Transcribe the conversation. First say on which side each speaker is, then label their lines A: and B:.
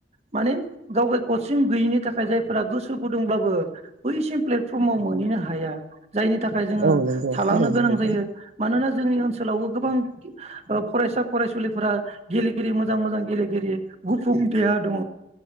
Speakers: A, on the right (about 35°); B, on the right (about 80°).
A: माने गाव गाय कचिं गैयिनि थाखाय जायफोरा गोसो गुदुंब्लाबो बैसिम प्लेटफर्माव मोनहैनो हाया जायनि थाखाय जोङो
B: औ नंगौ
A: थालांनो
B: थारैनो
A: गोनां
B: नोंथां
A: जायो मानोना जोंनि ओनसोलावबो गोबां ओ फरायसा फरायसुलिफोरा गेलेगिरि मोजां मोजां गेलेगिरि गुफुं देहा दङ